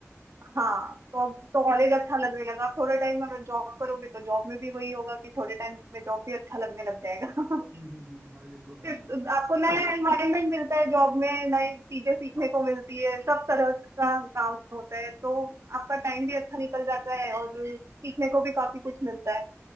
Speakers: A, on the right; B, on the right.
A: हाँ तो अब तो कॉलेज अच्छा लगने लगा थोड़े टाइम में अगर जॉब करोगे तो जॉब में भी वही होगा कि थोड़े टाइम में जॉब भी अच्छा लगने लग जाएगा <laughs>
B: हम्म हम्म, हाँ ये तो है
A: आपको
B: ही है
A: नया एनवायरनमेंट मिलता है जॉब में नई चीजें सीखने को मिलती है सब तरह का काम होता है तो आपका टाइम भी अच्छा निकल जाता है और सीखने को भी काफी कुछ मिलता है